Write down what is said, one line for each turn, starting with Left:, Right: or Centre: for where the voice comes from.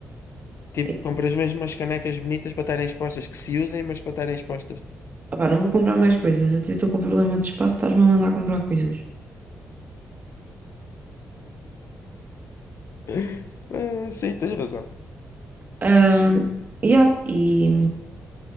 Left: Tipo,
Right: E,
Left: compras mesmo umas canecas bonitas para estarem expostas, que se usem, mas para estarem expostas.
Right: opá, não vou comprar mais coisas, até estou com problema de espaço, estás-me a mandar comprar coisas.
Left: <laughs> Ah, Sim, tens razão.
Right: Ah, yeah, e,